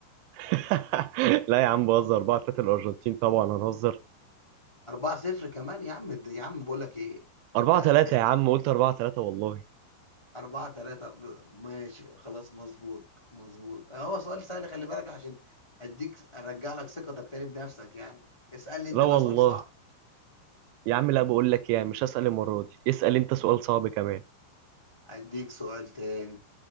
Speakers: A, on the right; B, on the left.
A: <laughs> لا يا عم بهزر 4 3 الارجنتين طبعا هنهزر
B: 4-0 كمان يا عم يا عم بقول لك إيه
A: 4
B: أنت
A: 3 يا عم قلت 4 3 والله
B: أربعة تلاتة ب- ماشي خلاص مظبوط مظبوط هو سؤال سهل خلي بالك عشان أديك أرجع لك ثقتك تاني بنفسك يعني اسألني أنت
A: لا والله
B: بقى سؤال صعب
A: يا عم لا بقول لك يعني مش هسأل المرة دي اسأل انت سؤال صعب كمان
B: أديك سؤال تاني